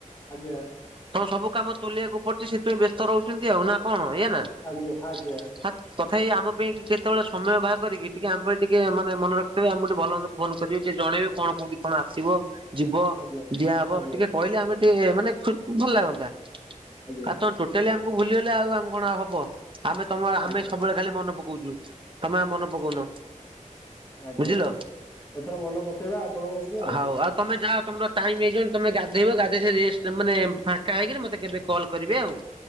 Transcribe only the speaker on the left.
ଆଜ୍ଞା।
ଆଜ୍ଞା ଆଜ୍ଞା
ଆଜ୍ଞା।
ଆଜ୍ଞା
ଆଜ୍ଞା
ଆଜ୍ଞା
ଆଜ୍ଞା
ଏଥର ମନେ ପକେଇବା ଆପଣଙ୍କୁ ଆଉ